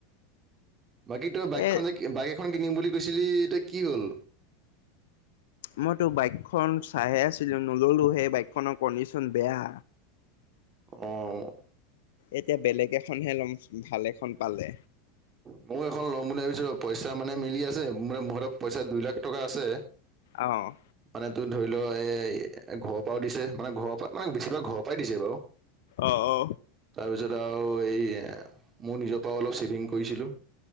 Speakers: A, on the right (about 25°); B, on the left (about 75°).
A: বাকী তই বাইকখন
B: এ
A: যে বাইক এখন কিনিম বুলি কৈছিলি এই কি হ'ল?
B: মইতো বাইকখন চাইহে আছিলো নললো সেই বাইক খনৰ কণ্ডিচন বেয়া।
A: অঁ।
B: এতিয়া বেলেগ এখনহে লম ভাল এখন পালে।
A: মই এখন ল'ম বুলি ভাবিছো পইচা মানে মিলি আছে মোৰ হাতত পইচা দুই লাখ টকা আছে।
B: অঁ।
A: মানে তো ধৰি লও এ' ঘৰৰ পৰাও দিছে মানে ঘৰৰ পৰা মানে বেছিভাগ ঘৰৰ পৰাই দিছে বাৰু।
B: অ অ
A: তাৰপিছত আৰু এই মোৰ নিজৰ পৰা অলপ ছেভিং কৰিছিলোঁ।